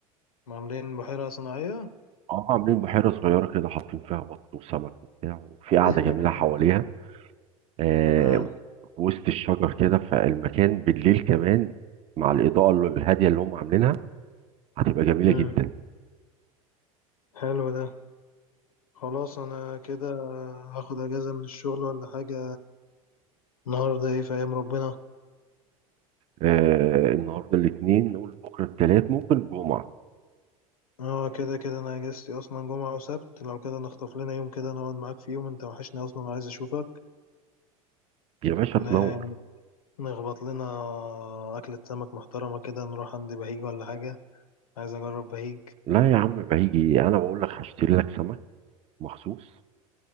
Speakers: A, on the left; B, on the right.
A: عاملين بحيرة صناعية
B: اه عاملين بحيره صغيره كده حاطين فيها بط وسمك وبتاع وفي قاعده
A: <laughs>
B: جميله حواليها آه
A: آه.
B: في وسط الشجر كده فالمكان بالليل كمان مع الاضاءه الهاديه اللي هم عاملينها هتبقى جميله
A: امم
B: جدا
A: حلو ده خلاص انا كده هاخد اجازة من الشغل ولا حاجة النهاردة ايه في ايام ربنا
B: آه النهارده الاثنين نقول بكره الثلاث ممكن الجمعه
A: اه كده كده انا اجازتي اصلا جمعة وسبت لو كده نخطف لنا يوم كده نقعد معاك في يوم انت وحشني اصلا وعايز اشوفك
B: يا باشا
A: ن-
B: تنور
A: نخبط لنا اكلة سمك محترمة كده نروح عند بهيج ولا حاجة عايز اجرب بهيج
B: لا يا عم بهيجي انا بقول لك هشتري لك سمك مخصوص